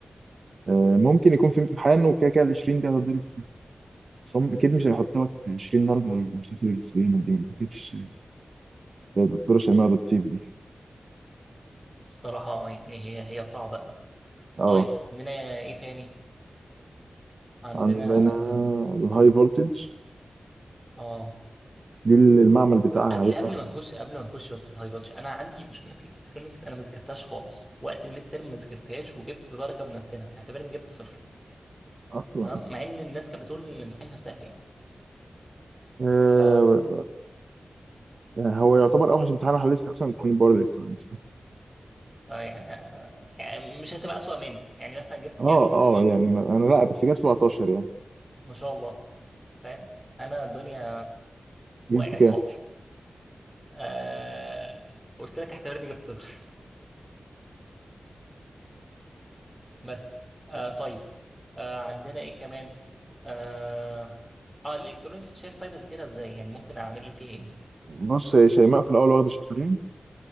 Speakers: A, on the right (about 65°); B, in the centre.
A: آه، ممكن يكون في امتحان وكده كده ال 20 دي هتضرب بس هم اكيد مش هيحطوها في 20 درجه من الماتشات اللي بتسلمها دي ما اعتقدش ده الدكتوره شيماء بتطيب دي
B: الصراحة اه يعني هي هي صعبة أوي
A: اه
B: طيب عندنا إيه تاني؟ عندنا
A: عندنا الهاي فولتج
B: آه
A: دي اللي المعمل بتاعها
B: قبل
A: هيبقى
B: قبل ما نخش قبل ما نخش بس في الهاي فولج أنا عندي مشكلة في الإلكترونيكس أنا ما ذاكرتهاش خالص وقت الميد تيرم ما ذاكرتهاش وجبت درجة منتنة اعتبر إني جبت صفر
A: اصلا
B: تمام مع إن الناس كانت بتقول إن الامتحان كان سهل يعني
A: آه
B: ف
A: هو يعتبر اوحش امتحان حليت فيه اصلا امتحان الباور الكترونكس
B: ف يعني يعني مش هتبقى أسوأ مني يعني مثلا جبت كام؟
A: اه اه يعني ما- انا لا بس جاب 17 يعني
B: ما شاء الله فاهم انا الدنيا
A: جبت
B: وقعت
A: كام؟
B: خالص آه... قلت لك اعتبرني جبت صفر <laughs> بس آه طيب آه عندنا ايه كمان اه, آه الالكترونيك شايف طيب اذاكرها ازاي يعني ممكن اعمل لي فيه ايه
A: بص يا شيماء في الاول واخده شابترين